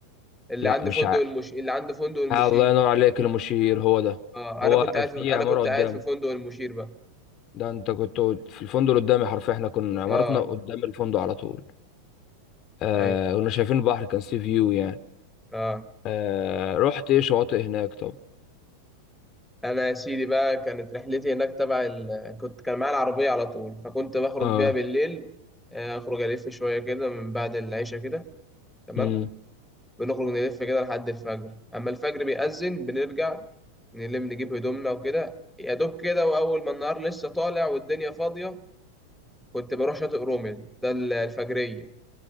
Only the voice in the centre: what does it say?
اللي
عند
فندق
المش اللي عند فندق المشي
اه
انا كنت قاعد في...
انا
كنت
قاعد في فندق المشير بقى
اه
ايوه
اه
انا يا سيدي بقى كانت رحلتي هناك تبع ال... كنت كان معايا العربيه على طول فكنت بخرج
بيها بالليل آه، اخرج الف شويه كده من بعد العشاء كده تمام
بنخرج نلف كده لحد الفجر اما الفجر بيأذن بنرجع نلم نجيب هدومنا وكده يا دوب كده واول ما النهار لسه طالع والدنيا فاضيه كنت بروح شاطئ رومل ده ال- الفجريه